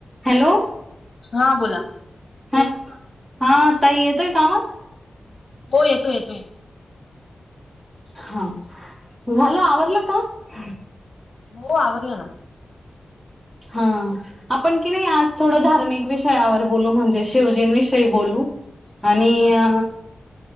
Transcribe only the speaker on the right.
Hello!
हं हां ताई येतोय का आवाज?
हां, झालं आवरलं काम?
हां, आपण की नाही आज थोडं धार्मिक विषयावर बोलू, म्हणजे शिवजीनं विषयी बोलू. आणि
अ